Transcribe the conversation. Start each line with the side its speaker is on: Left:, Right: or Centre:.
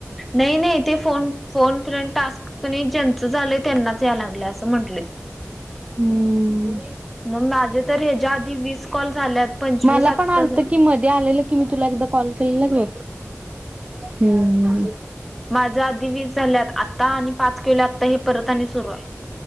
Centre: नाही नाही ते फोन फोन फ टास्क ज्यांचं झालंय त्यांनाच या लागलं अस म्हणटलेत
Right: हम्म
Centre: मग माझं तर ह्याच्या आधी वीस कॉल झाल्यात पंचवीस
Right: मला
Centre: आत्ता
Right: पण आलत
Centre: झा
Right: की मध्ये आलेलं की मी तुला एकदा कॉल केलेला बघ हम्म हम्म.
Centre: माझ आधी वीज झाल्यात आता आणि पाच केल्यात आता हे परत आणि सुरू आहे